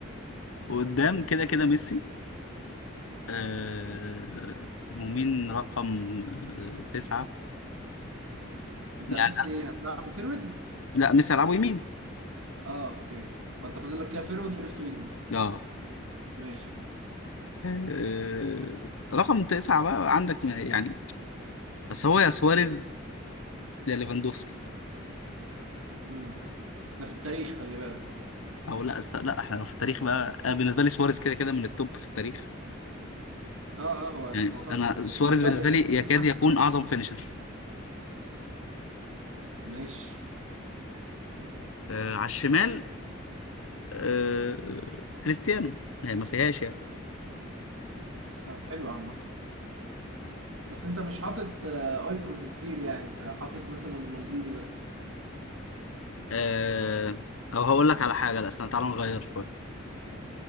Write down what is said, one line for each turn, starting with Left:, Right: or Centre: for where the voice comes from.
Left: وقدام كده كده ميسي آه ومين رقم آه تسعة
Right: <laughs> انت
Left: يعني
Right: ميسي ايه هتلعب فيرويد
Left: لا ميسي هيلعبوا يمين
Right: اه اوكي فانت فاضل لك كده فيرويد وليفت وينج
Left: اه
Right: ماشي
Left: آه، رقم تسعة بقى عندك ما- يعني بس هو يا سواريز يا ليفاندوفسكي
Right: امم ده في التاريخ خلي بالك
Left: او لا است... لا احنا في التاريخ بقى انا بالنسبة لي سواريز كده كده من التوب في التاريخ
Right: اه اه هو انا
Left: يعني
Right: مش معترض
Left: انا سواريز
Right: انت رايك
Left: بالنسبة لي
Right: انت
Left: يكاد
Right: مين احسن
Left: يكون
Right: واحد؟
Left: اعظم فينيشر
Right: ماشي
Left: آه على الشمال آه كريستيانو يعني ما فيهاش يعني
Right: طب حلو عامة بس انت مش حاطط آه، ايكونز كتير يعني انت حاطط مثلا مالديني بس
Left: آه او هقول لك على حاجة لا استنى تعالى نغير شوية